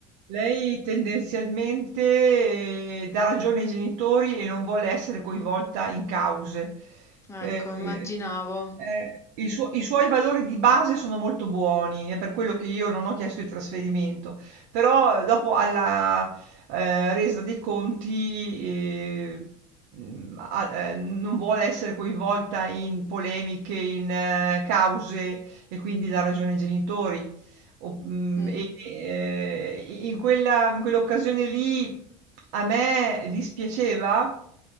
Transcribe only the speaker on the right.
Lei tendenzialmente eh, dà ragione ai genitori e non vuole essere coinvolta in cause. Eh,
eh, eh, i suo- i suoi valori di base sono molto buoni, è per quello che io non ho chiesto il trasferimento, però eh, dopo alla eh, resa dei conti eh, mh, a- eh, non vuole essere coinvolta in polemiche, in eh, cause e quindi dà ragione ai genitori. O- mm,
e- e- eh, in quella- in quell'occasione lì a me dispiaceva